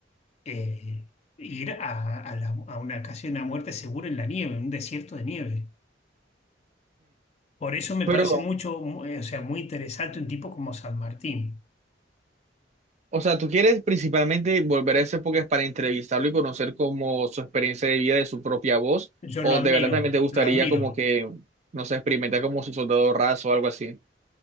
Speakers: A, on the left (about 35°); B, on the right (about 40°).
A: eh, ir a, a la- a una casi una muerte segura en la nieve, un desierto de nieve. Por eso me parece
B: Pero,
A: mucho, mu- eh, o sea, muy interesante un tipo como San Martín.
B: o sea, tú quieres principalmente volver a esa época para entrevistarlo y conocer como su experiencia de vida de su propia voz,
A: Yo
B: o
A: lo admiro,
B: de verdad también te gustaría
A: lo admiro.
B: como que, no sé, experimentar como su soldado raso o algo así.